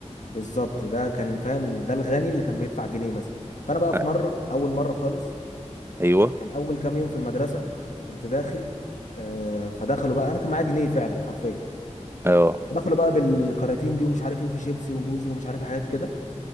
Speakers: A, on the left (about 85°); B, on the right (about 20°).
A: بالظبط ده كان فاهم ال- ده الغني اللي كان بيدفع جنيه مثلا فانا بقى
B: آه،
A: في مره اول مره خالص
B: ايوه
A: كان اول كام يوم في المدرسه كنت داخل آه فدخلوا بقى انا كان معايا جنيه فعلا حرفيا
B: اه
A: فدخلوا بقى بالكراتين دي ومش عارف ايه وفي شيبسي وبوز ومش عارف إيه حاجات كده